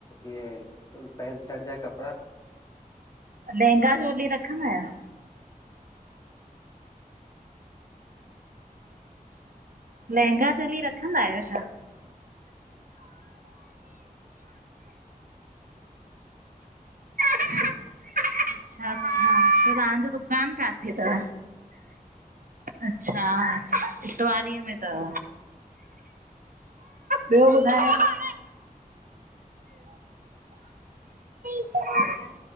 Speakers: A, on the left; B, on the right.
A: इहे पेंट शर्ट जा कपड़ा।
B: लहंगा चोली रखंदा आयो? लहंगा चोली रखंदा आहियो छा? अच्छा अच्छा त तव्हांजो दुकान काथे तव? अच्छा इतवारी में तव। ॿियो ॿुधायो? <unintelligible>